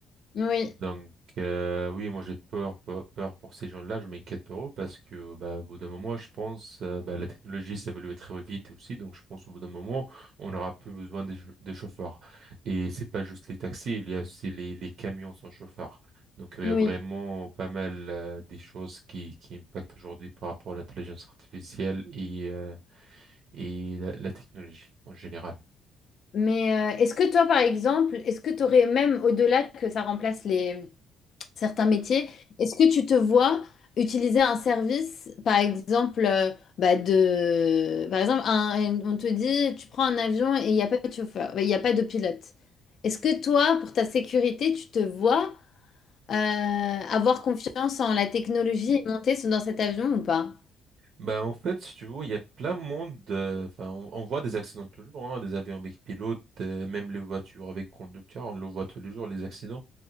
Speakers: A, on the left (about 45°); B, on the right (about 55°).
A: Oui,
B: Donc, euh, oui, moi j'ai peur, peur, peur pour ces gens-là, je m'inquiète pour eux parce que, bah, au bout d'un moment, je pense, euh, bah, la technologie s'évolue très vite aussi, donc je pense au bout d'un moment, on n'aura plus besoin des chau- de, chauffeurs. Et c'est pas juste les taxis, il y a aussi les, les camions sans chauffeur. Donc, il
A: oui.
B: y a vraiment pas mal, euh, des choses qui, qui impactent aujourd'hui par rapport à l'intelligence artificielle et, euh, et la la technologie en général.
A: Mais euh, est-ce que toi, par exemple, est-ce que tu aurais, même au-delà que ça remplace les certains métiers, est-ce que tu te vois utiliser un service, par exemple, euh, bah de, par exemple, un- un- on te dit, tu prends un avion et il n'y a pas de chauffeur, il n'y a pas de pilote. Est-ce que toi, pour ta sécurité, tu te vois euh, avoir confiance en la technologie et monter dans cet avion ou pas?
B: Ben en fait, si tu veux, il y a plein de monde. euh, Enfin, on, on voit des accidents toujours, hein, des avions avec pilote, euh, même les voitures avec conducteur, on le voit tous les jours, les accidents.